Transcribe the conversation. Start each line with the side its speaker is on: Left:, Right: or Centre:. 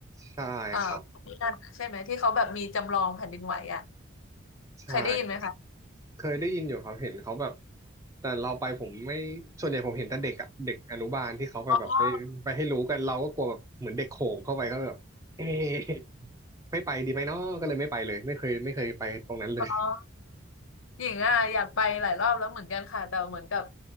Right: ใช่ครับ
Left: เอ่อ <laughs> ที่นั่นใช่ไหมที่เขาแบบมีจำลองแผ่นดินไหวอ่ะ
Right: ใช่
Left: เคยได้ยินไหมคะ
Right: เคยได้ยินอยู่ครับเห็นเขาแบบแต่เราไปผมไม่ส่วนใหญ่ผมเห็นแต่เด็กอ่ะเด็กอนุบาลที่เขาไปแบบไปไปให้รู้กันเราก็กลัวแบบเหมือนเด็กโขงเข้าไปก็แบบเอ๊ะ
Left: อ๋อ
Right: ไม่ไปดีไหมเนาะก็เลยไม่ไปเลยไม่เคยไม่เคยไปตรงนั้นเลย
Left: อ๋อหญิงอ่ะอยากไปหลายรอบแล้วเหมือนกันค่ะแต่เหมือนกับ